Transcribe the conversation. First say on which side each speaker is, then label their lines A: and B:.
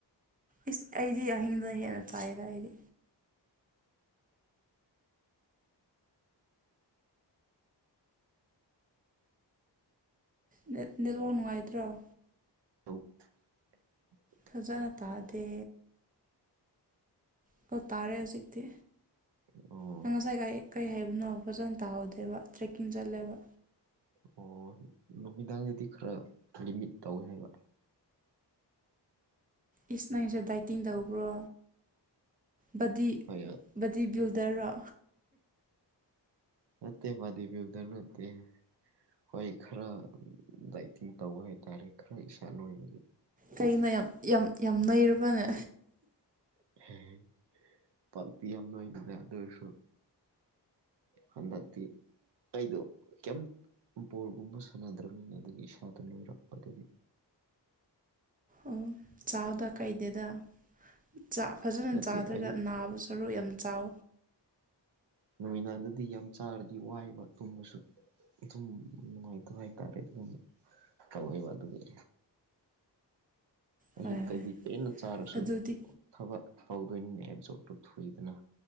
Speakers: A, on the right (about 20°); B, on the right (about 70°).
A: ꯏꯁ ꯑꯩꯗꯤ ꯑꯍꯤꯡꯗ ꯍꯦꯟꯅ ꯇꯥꯏꯗ ꯑꯩꯗꯤ ꯅꯦꯠ ꯅꯦꯠꯋꯥꯔꯛ ꯅꯨꯡꯉꯥꯏꯇꯔꯣ
B: <unintelligible> <inaudible>
A: ꯐꯖꯅ ꯇꯥꯗꯦ ꯑꯀ ꯇꯥꯔꯦ ꯍꯧꯖꯤꯛꯇꯤ
B: ꯑꯣ
A: ꯅꯪ ꯉꯁꯥꯏ ꯀꯥꯏ ꯀꯩ ꯍꯥꯏꯕꯅꯣ ꯐꯖꯅ ꯇꯥꯍꯧꯗꯦꯕ ꯇ꯭ꯔꯦꯛꯀꯤꯡ ꯆꯠꯂꯦꯕ
B: ꯑꯣ ꯅꯨꯃꯤꯗꯥꯡꯗꯗꯤ ꯈꯔ ꯂꯤꯃꯤꯠ ꯇꯧꯋꯦ ꯍꯥꯏꯕ
A: ꯏꯁ ꯅꯩꯁꯦ ꯗꯥꯏꯇꯤꯡ ꯇꯧꯕ꯭ꯔꯣ ꯕꯗꯤ
B: ꯍꯣꯏ
A: ꯕꯗꯤ ꯕꯤꯜꯗꯔꯔꯣ
B: ꯇꯠꯇꯦ ꯕꯗꯤ ꯕꯤꯜꯗꯔ ꯅꯠꯇꯦ ꯍꯣꯏ ꯈꯔ ꯗꯥꯏꯇꯤꯡ ꯇꯧꯕ ꯍꯥꯏꯇꯥꯔꯦ ꯈꯔ ꯏꯁꯥ ꯅꯣꯏꯕꯒꯤ
A: ꯀꯩꯒꯤꯅꯣ ꯌꯥꯝ ꯌꯥꯝ ꯌꯥꯝ ꯅꯣꯏꯔꯕꯅꯦ
B: <unintelligible> ꯄꯥꯛꯇꯤ ꯌꯥꯝ ꯅꯣꯏ ꯗꯦꯗ ꯑꯗꯨ ꯑꯣꯏꯔꯁꯨ ꯍꯟꯗꯛꯇꯤ ꯑꯩꯗꯣ ꯀꯩꯝ ꯕꯣꯜꯒꯨꯝꯕ ꯁꯥꯟꯅꯗ꯭ꯔꯕꯅꯤꯅ ꯑꯗꯨꯒꯤ ꯏꯁꯥꯗꯣ ꯅꯣꯏꯔꯛꯄ ꯑꯗꯨꯒꯤ
A: ꯑꯣ ꯆꯥꯎꯥꯗ ꯀꯥꯏꯗꯦꯗ ꯆꯥꯛ ꯐꯖꯅ
B: ꯅꯠꯇꯦ
A: ꯆꯥꯗ꯭ꯔꯒ
B: ꯑꯌꯨꯛ
A: ꯅꯥꯕ ꯁꯔꯨꯛ ꯌꯥꯝ ꯆꯥꯎ
B: ꯅꯨꯃꯤꯗꯥꯡꯗꯗꯤ ꯌꯥꯝ ꯆꯥꯔꯗꯤ ꯋꯥꯏꯕ ꯇꯨꯝꯕꯁꯨ ꯑꯗꯨꯝ ꯅꯨꯡꯉꯥꯏꯇꯕ ꯍꯥꯏꯇꯥꯔꯦ ꯑꯗꯨꯒꯨꯝꯕ ꯇꯧꯋꯦꯕ ꯑꯗꯨꯒꯤ
A: ꯍꯣꯏ
B: ꯑꯌꯨꯛꯇꯗꯤ
A: ꯍꯣꯏ
B: ꯄꯦꯟꯅ ꯆꯥꯔꯁꯨ
A: ꯑꯗꯨꯗꯤ
B: ꯊꯕꯛ ꯇꯧꯗꯣꯏꯅꯤꯅ <unintelligible> ꯊꯨꯏꯗꯅ